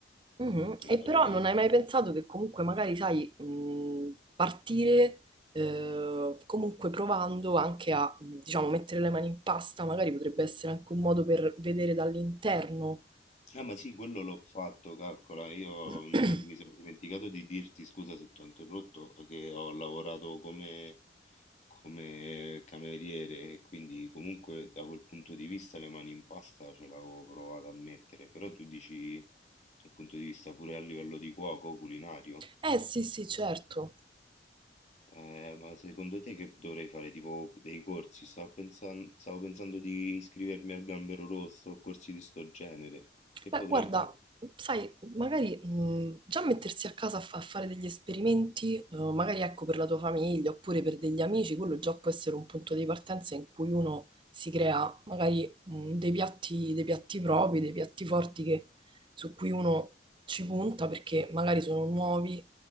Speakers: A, on the right; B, on the left.
A: Mhm.
B: Mi
A: E
B: farei-
A: però non hai mai pensato che comunque magari, sai, mh, partire eh, comunque provando anche a, mh, diciamo, mettere le mani in pasta, magari potrebbe essere anche un modo per vedere dall'interno.
B: Ah, ma sì, quello l'ho fatto, calcola. Io
A: <clears throat>
B: non- mi sono dimenticato di dirti, scusa se ti ho interrotto, che ho lavorato come, come cameriere e quindi comunque da quel punto di vista le mani in pasta ce l'avevo provato a mettere. Però tu dici dal punto di vista pure a livello di cuoco, culinario.
A: Eh sì, sì, certo.
B: Eh, ma secondo te che dovrei fare? Tipo dei corsi? Stavo pensando, stavo pensando di iscrivermi al Gambero Rosso o corsi di sto genere. Che
A: Beh,
B: potrei
A: guarda,
B: fare?
A: sai, magari mh, già mettersi a casa a, fa- a fare degli esperimenti, eh, magari ecco per la tua famiglia oppure per degli amici, quello già può essere un punto di partenza in cui uno si crea magari mh, dei piatti, dei piatti propri, dei piatti forti che- su cui uno ci punta perché magari sono nuovi